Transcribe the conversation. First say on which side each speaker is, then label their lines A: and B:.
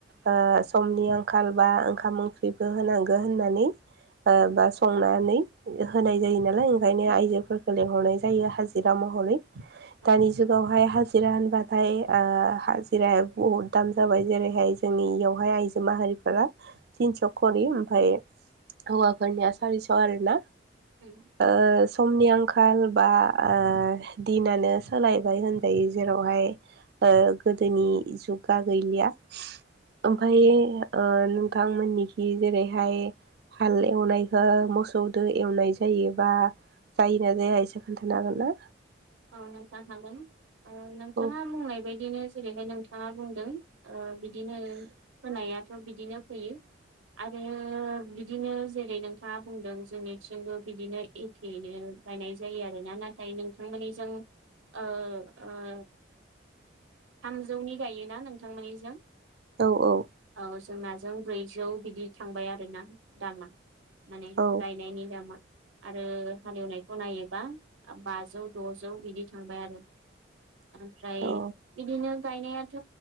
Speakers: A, on the right (about 55°); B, on the right (about 85°).
A: आ समनि आंखाल बा ओंखाम ओंख्रिबो होनांगो होननानै ओ
B: उम
A: बा संनानै होनाय जायो नालाय ओंखायनो आइजोफोरखौ लेंहरनाय जायो हाजिरा महरै दानि
B: औ
A: जुगावहाय हाजो जिरा होनबाथाय हाजिराया बहुद दाम जाबाय जेरैहाय जोंनि इयावहाय आइजो माहारि बिसोरो थिनस' खरि ओमफाय हौवाफोरनिया सारिस' आरोना
B: उम
A: ओ समनि आं खाल बा ओ दिनानो सोलायबाय होनजायो जेरावहाय ओ गोदोनि जुगा गैलिया
B: औ
A: ओमफाय ओ नोंथांमोननिखि जेरैहाय हाल एवनायखौ मोसौदो एवनाय जायोबा। जायोना जाया एस खोन्थानो हागोन ना।
B: औ नोंथां हागोन ओ नोंथाङा
A: औ
B: बुंनाय बायदिनो। जेरैहाय नोंथाङा बुंदों ओ बिदिनो होनायाथ' बिदिनो फैयो। आरोे बि बिदिनो जेरै नोंथाङा बुंदों जोंनिथिंबो बिदिनो एखेनो बायनाय जायो आरोना नाथाय नों थांमाने जों ओ ओ थामजौनि गायोना नोंथांमोननिजों
A: औ औ
B: औ जोंनाजों ब्रैजौ बिदि थांबाय आरोना दामा माने
A: औ
B: गायनायनि दामा आरो हालेवनायखौ नायोबा बाजौ द'जौ बिदि थांबाय आरो
A: <inaudible>
B: ओमफ्राय
A: औ
B: बिनो गायनायाथ'